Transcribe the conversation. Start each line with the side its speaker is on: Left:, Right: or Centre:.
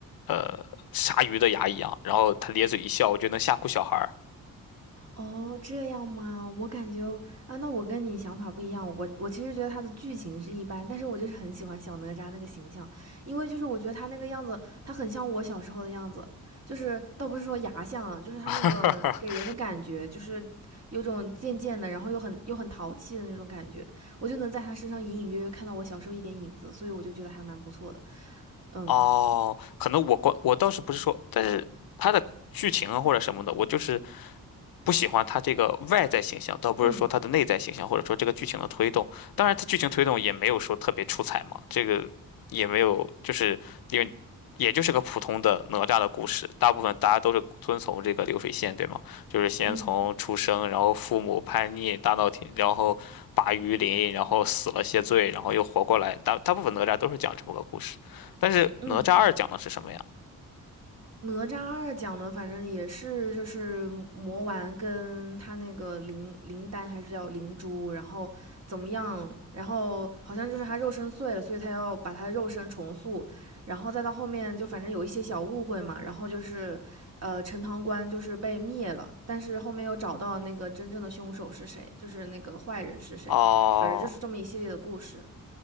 Left: 呃鲨鱼的牙一样，然后他咧嘴一笑，我觉得能吓哭小孩儿。
Right: 哦，这样吗？我感觉啊，那我跟你想法不一样。我我其实觉得他的剧情是一般，但是我就是很喜欢小哪吒那个形象，因为就是我觉得他那个样子，他很像我小时候的样子，就是倒不是说牙像啊，就是他那个给人的感觉，
Left: <laughs>
Right: 就是有种贱贱的，然后又很又很淘气的那种感觉，我就能在他身上隐隐约约看到我小时候一点影子，所以我就觉得还蛮不错的。嗯
Left: 哦，可能我关我倒是不是说，但是他的剧情啊或者什么的，我就是不喜欢他这个外在形象，倒不是说他的内在形象，
Right: 嗯
Left: 或者说这个剧情的推动。当然，他剧情推动也没有说特别出彩嘛，这个也没有，就是因为也就是个普通的哪吒的故事，大部分大家都是遵从这个流水线，对吗？就是先从出生，
Right: 嗯
Left: 然后父母叛逆大闹天，然后拔鱼鳞，然后死了谢罪，然后又活过来，大大部分哪吒都是讲这么个故事。但是哪吒二讲的是什么呀？
Right: 嗯哪吒二讲的，反正也是就是魔丸跟他那个灵灵丹还是叫灵珠，然后怎么样？然后好像就是他肉身碎了，所以他要把他肉身重塑，然后再到后面就反正有一些小误会嘛，然后就是呃陈塘关就是被灭了，但是后面又找到那个真正的凶手是谁，就是那个坏人是谁，
Left: 哦，
Right: 反正就是这么一系列的故事。